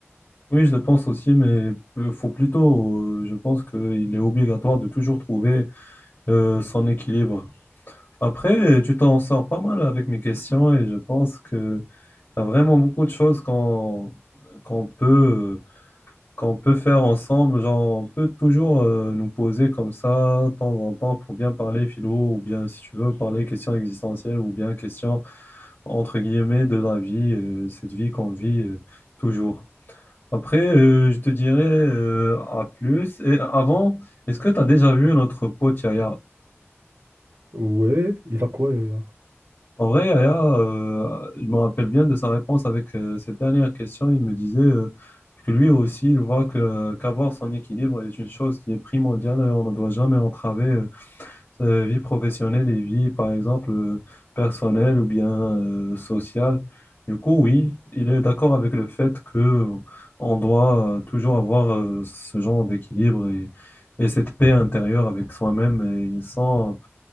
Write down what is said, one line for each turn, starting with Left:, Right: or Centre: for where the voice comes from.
Left: Oui, je le pense aussi, mais peu- faut plutôt, euh, je pense qu'il est obligatoire de toujours trouver euh, son équilibre. Après, tu t'en sors pas mal avec mes questions et je pense qu'il y a vraiment beaucoup de choses qu'on qu'on peut qu'on peut faire ensemble. Genre, on peut toujours euh, nous poser comme ça, de temps en temps, pour bien parler philo, ou bien, si tu veux, parler questions existentielles, ou bien questions, entre guillemets, de la vie, euh, cette vie qu'on vit euh, toujours. Après, euh, je te dirais euh, à plus. Et avant, est-ce que tu as déjà vu notre pote Yaya?
Right: Ouais, il a quoi, Yaya?
Left: En vrai, Aya, euh, je me rappelle bien de sa réponse avec euh, cette dernière question. Il me disait euh, que lui aussi, il voit que qu'avoir son équilibre est une chose qui est primordiale et on ne doit jamais entraver euh, sa vie professionnelle et vie, par exemple, euh, personnelle ou bien euh, sociale. Du coup, oui, il est d'accord avec le fait que euh, on doit euh, toujours avoir euh, ce genre d'équilibre et, et cette paix intérieure avec soi-même et sans